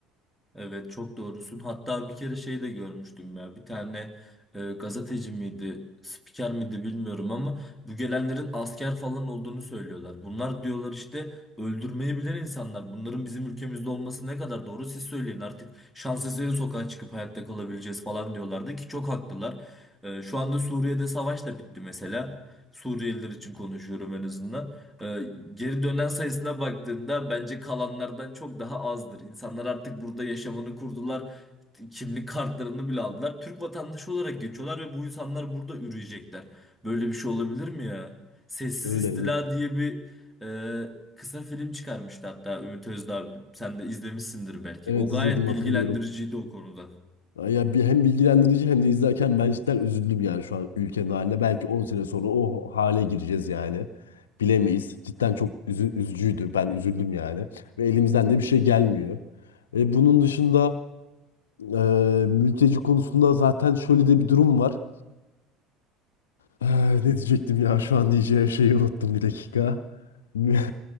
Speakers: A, in the centre; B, on the left.
A: evet çok doğrusun. Hatta bir kere şey de görmüştüm ya. Bir tane e, gazeteci miydi, spiker miydi bilmiyorum ama bu gelenlerin asker falan olduğunu söylüyorlar. Bunlar diyorlar işte öldürmeyi bilen insanlar. Bunların bizim ülkemizde olması ne kadar doğru siz söyleyin. Artık şans eseri sokağa çıkıp hayatta kalabileceğiz falan diyorlardı ki çok haklılar. E, şu anda Suriye'de savaş da bitti mesela. Suriyeliler için konuşuyorum en azından. Ee, geri dönen sayısına baktığında bence kalanlardan çok daha azdır. İnsanlar artık burada yaşamını kurdular. Kimlik kartlarını bile aldılar. Türk vatandaşı olarak geçiyorlar ve bu insanlar burada üreyecekler. Böyle bir şey olabilir mi ya? Sessiz
B: Öyle.
A: İstila diye bir e, kısa film çıkarmıştı hatta Ümit Özdağ. Sen de izlemişsindir belki.
B: Evet
A: O gayet
B: izledim
A: bilgilendiriciydi
B: hatırlıyorum.
A: o konuda.
B: Ya bir hem bilgilendirici hem de izlerken ben cidden üzüldüm yani şu an ülkenin haline. Belki 10 sene sonra o hale gireceğiz yani. Bilemeyiz. Cidden çok üzü- üzücüydü. Ben üzüldüm yani. Ve elimizden de bir şey gelmiyor. E, bunun dışında e, mülteci konusunda zaten şöyle de bir durum var. Ah, Ne diyecektim ya şu an diyeceğim şeyi unuttum bir dakika. <laughs>